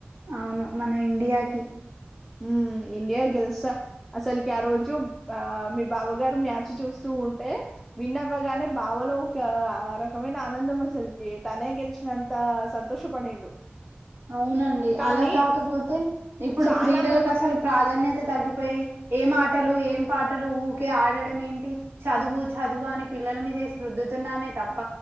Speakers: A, on the right; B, in the centre.
A: అవును మన ఇండియాకి
B: ఉమ్ ఇండియా గెలుసా అసల్కి ఆ రోజు ఆ మీ బావగారు మ్యాచ్ చూస్తూ ఉంటే విన్న వ్వగానే బావలో ఒక రకమైన ఆనందం అసలుకి తనే గెలిచినంత సంతోషపడిండు
A: అవునండి
B: కానీ
A: అలా కాకపోతే ఇప్పుడు
B: చాలా
A: క్రీడలకు
B: మంది
A: అసల్ ప్రాధాన్య తె తగ్గిపోయి ఏం ఆటలు ఏం పాటలు ఊకే ఆడడం ఏంటి చదువు చదువు అని పిల్లల మీద రుద్దుతున్నామే తప్ప